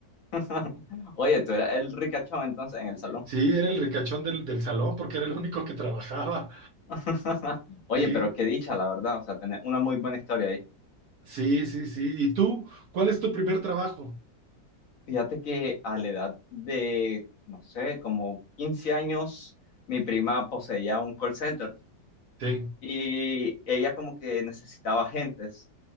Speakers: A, on the left; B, on the right.
A: <laughs> Oye, tú eras el ricachón entonces en el salón.
B: Sí, era el ricachón del, del salón porque era el único que trabajaba.
A: <laughs> Oye,
B: Sí,
A: pero qué dicha, la verdad, o sea, tener una muy buena historia ahí.
B: sí, sí, sí. ¿Y tú? ¿Cuál es tu primer trabajo?
A: Fíjate que a la edad de, no sé, como 15 años, mi prima poseía un call center
B: Sí,
A: y ella como que necesitaba agentes.